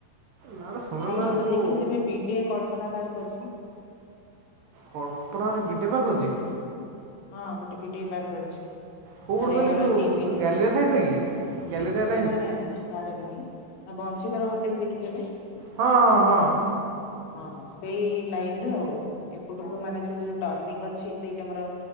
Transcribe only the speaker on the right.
ନାଁଟା ଶୁଣା
ଲାଗୁଚି
କୋଉ
କଳ୍ପନାରେ ବିଡିଏ ପାର୍କ ଅଛି?
କୋଉପଟେ
କହିଲେ
ଏଯୋଉ
ଗ୍ୟାଲେରିଆ ସାଇଡ଼ରେ କି? ଗ୍ୟାଲେରିଆରେ
ହଁ-ହଁ-ହଁ।